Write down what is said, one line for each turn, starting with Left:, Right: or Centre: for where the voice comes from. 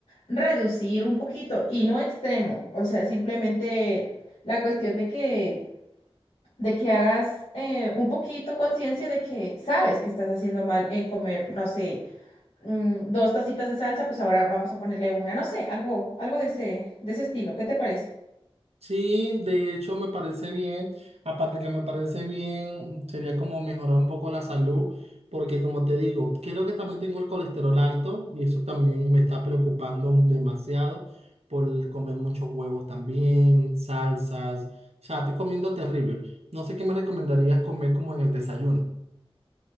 Left: reducir un poquito y no extremo. O sea, simplemente la cuestión de que, de que hagas eh, un poquito conciencia de que sabes que estás haciendo mal en comer, no sé mm, dos tacitas de salsa, pues ahora vamos a ponerle una, no sé, algo, algo de ese, de ese estilo. ¿Qué te parece?
Right: Sí, de hecho me parece bien. Aparte que me parece bien, sería como mejorar un poco la salud, porque como te digo, creo que también tengo el colesterol alto y eso también me está preocupando demasiado por comer muchos huevos también, salsas. O sea, estoy comiendo terrible. No sé qué me recomendarías comer como en el desayuno.